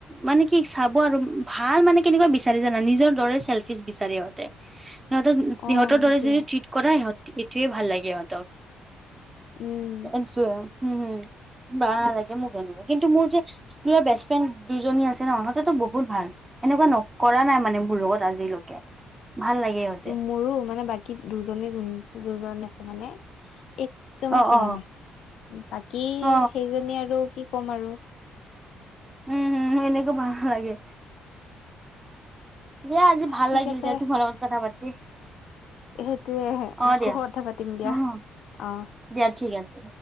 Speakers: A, on the right (about 20°); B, on the left (about 75°).
A: মানে কি চাব আৰু ভাল মানে কেনেকুৱা বিচাৰে জানা নিজৰ দৰে চেল্ফিছ বিচাৰে ইহঁতে।
B: <inaudible>
A: সিহঁতক-
B: অ
A: সিহঁতৰ দৰে
B: সেইটোৱে
A: যদি ট্ৰিট কৰা সি-সেইটোৱে ভাল লাগে সিহঁতক।
B: উম।
A: <unintelligible> বেয়া লাগে মোক এনেকুৱা কিন্তু মোৰ যে স্কুলৰ বেষ্ট ফ্ৰেণ্ড দুজনী আছে ন সিহঁতেতো বহুত ভাল। এনেকুৱা নক-কৰা নাই মানে মোৰ লগত আজিলৈকে ভাল লাগে সিহঁতে
B: মোৰো মানে বাকী দুজনে যোন- দুজন আছে মানে এক <unintelligible>
A: অ
B: কৰা
A: অ।
B: নাই, বাকী
A: অ
B: সেইজনী আৰু কি ক'ম আৰু?
A: উম, হুম, <unintelligible> ভাল লাগে। দিয়া আজি ভাল
B: ঠিক
A: লাগিল
B: আছে।
A: দিয়া তোমাৰ লগত কথা পাতি।
B: সেইটোৱেই
A: অ
B: আকৌ
A: দিয়া
B: কথা পাতিম দিয়া,
A: অ।
B: অ'।
A: দিয়া ঠিক আছে।